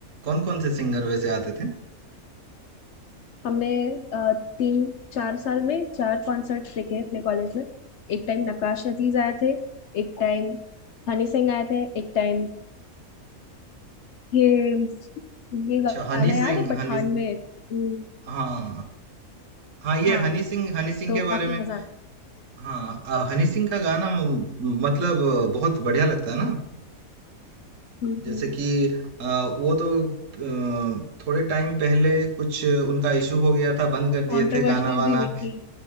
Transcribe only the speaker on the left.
हमने अ, तीन चार साल में चार कॉन्सर्ट्स देखे हैं अपने कॉलेज में एक टाइम नक्काश अजीज आए थे एक टाइम हनी सिंह आए थे एक टाइम ये ये
गाना
याद
है पठान
में हम्म
हाँ
तो
काफी
मजा
हम्म
कंट्रोवर्सीज
भी हुई थी